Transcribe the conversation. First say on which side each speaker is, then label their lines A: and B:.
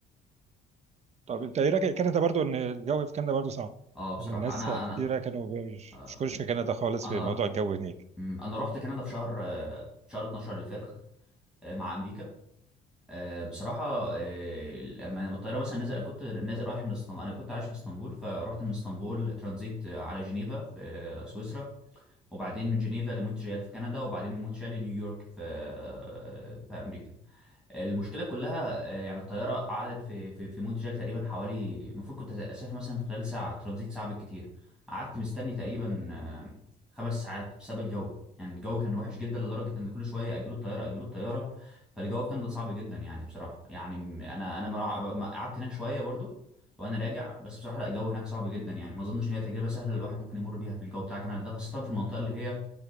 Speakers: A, on the right (about 40°); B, in the centre.
A: طب انت ايه رايك كندا برضه ان الجو في كندا برضه صعب
B: اه بصراحه
A: يعني الناس
B: انا
A: كتيرة
B: انا
A: كانوا مش
B: آه،
A: مش كلش في كندا خالص
B: انا
A: في موضوع الجو هناك
B: مم، انا رحت كندا في شهر آه، شهر 12 اللي فات آه، مع امريكا آه، بصراحه آه، لما لما الطياره مثلا نزل انا كنت نازل رايح من اسطنبول انا كنت عايش في اسطنبول فرحت من اسطنبول ترانزيت آه، على جنيفا في آه، سويسرا وبعدين من جنيفا لمونتريال في كندا وبعدين من مونتريال لنيويورك في آه، في امريكا المشكله كلها آه، يعني الطياره قعدت في في في مونتريال تقريبا حوالي المفروض كنت اسافر مثلا في خلال ساعه ترانزيت ساعه بالكتير قعدت مستني تقريبا آه، خمس ساعات بسبب الجو يعني الجو كان وحش جدا لدرجه ان كل شويه اجلوا الطياره اجلوا الطياره فالجو كان صعب جدا يعني بصراحه يعني م- انا انا مرا- م- قعدت هناك شويه برضو وانا راجع بس بصراحه لا الجو هناك صعب جدا يعني ما اظنش ان هي تجربه سهله الواحد ممكن يمر بيها في الجو بتاع كندا ده خاصه في المنطقه اللي هي